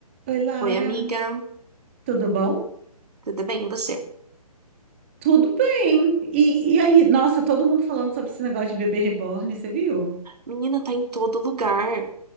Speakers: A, on the right (about 20°); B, on the right (about 80°).
A: Oi, Laura,
B: Oi, amiga.
A: tudo bom?
B: Tudo bem? E você?
A: Tudo bem. E, e aí, nossa, todo mundo falando sobre esse negócio de bebê reborn, você viu?
B: Menina, tá em todo lugar.